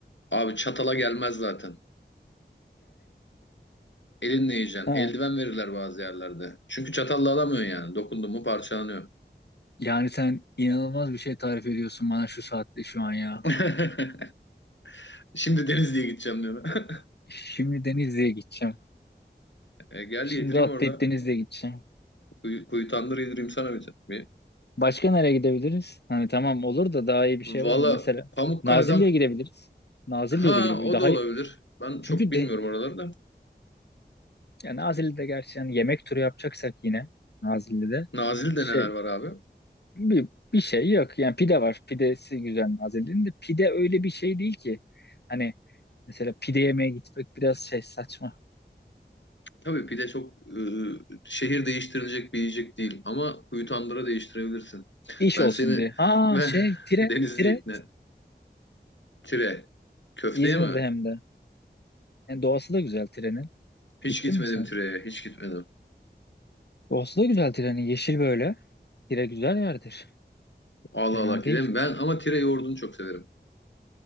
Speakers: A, on the left; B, on the left.
A: Abi çatala gelmez zaten. Elinle yiyeceksin.
B: Ha.
A: Eldiven verirler bazı yerlerde. Çünkü çatalla alamıyorsun yani. Dokundun mu parçalanıyor.
B: Yani sen inanılmaz bir şey tarif ediyorsun bana şu saatte şu an ya.
A: <laughs> Şimdi Denizli'ye gideceğim diyor. <laughs>
B: Şimdi Denizli'ye gideceğim.
A: E, gel
B: Şimdi
A: yedireyim
B: atlayıp
A: orada.
B: Denizli'ye gideceğim.
A: Kuyu, kuyu tandır yedireyim sana bir. bir.
B: Başka nereye gidebiliriz? Hani tamam olur da daha iyi bir şey
A: Valla
B: var mı? Mesela
A: Pamukkale'den
B: Nazilli'ye gidebiliriz. Nazilli'ye
A: ha
B: de gidebiliriz.
A: o
B: Daha
A: da olabilir.
B: iyi.
A: Ben çok
B: Çünkü
A: bilmiyorum
B: de,
A: oraları da.
B: Yani Nazilli'de gerçi yani yemek turu yapacaksak yine Nazilli'de
A: Nazilli'de
B: şey
A: neler var abi?
B: bir, bir şey yok. Yani pide var. Pidesi güzel Nazilli'nin de pide öyle bir şey değil ki. Hani mesela pide yemeye gitmek biraz şey saçma.
A: Tabii pide çok e, şehir değiştirilecek bir yiyecek değil ama kuyu tandıra değiştirebilirsin.
B: İş
A: Ben
B: olsun
A: seni
B: diye. Ha
A: ve
B: şey
A: <laughs>
B: Tire
A: Denizli
B: Tire
A: ikna. Tire. Köfteye
B: İzmir'de
A: mi?
B: hem de. Yani doğası da güzel Tire'nin.
A: Hiç
B: Gittin
A: gitmedim
B: mi sen?
A: Tire'ye. Hiç gitmedim.
B: Doğası da güzel Tire'nin. Yeşil böyle. Tire güzel yerdir.
A: Allah
B: Fena
A: Allah gidelim.
B: değil.
A: Ben ama Tire yoğurdunu çok severim.